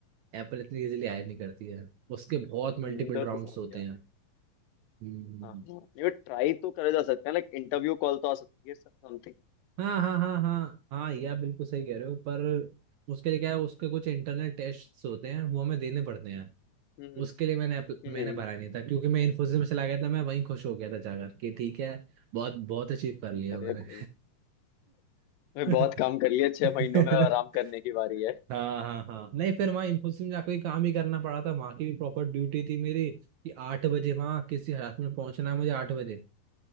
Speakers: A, on the right; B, on the left.
A: एप्पल इतनी इजीली हायर नहीं करती है उसके बहुत
B: अंदर
A: मल्टीपल राउंड्स
B: तो समझ
A: होते
B: गया
A: हैं हम्म।
B: हाँ हाँ। नहीं ट्राई तो करा जा सकता है लाइक इंटरव्यू कॉल तो आ सकती है समथिंग
A: हाँ हाँ हाँ हाँ हाँ ये आप बिल्कुल सही कह रहे हो पर उसके लिए क्या है उसके कुछ इंटरनल टेस्ट होते हैं वो हमें देने पड़ते हैं
B: हम्म
A: उसके लिए मैंने appl-
B: हम्म
A: मैंने भरा नहीं था क्योंकि मैं इन्फोसिस में चला गया था मैं वहीं खुश हो गया था जाकर कि ठीक है बहुत बहुत अचीव कर लिया
B: अरे
A: मैंने
B: भाई मैं
A: <laughs>
B: बहुत काम कर लिया छह महीनों में आराम
A: <laughs>
B: करने की बारी है
A: हाँ हाँ हाँ नहीं फिर वहाँ इन्फोसिस में जाकर ही काम ही करना पड़ा था वहाँ की भी प्रॉपर ड्यूटी थी मेरी कि आठ बजे वहाँ किसी हालत में पहुंचना है मुझे आठ बजे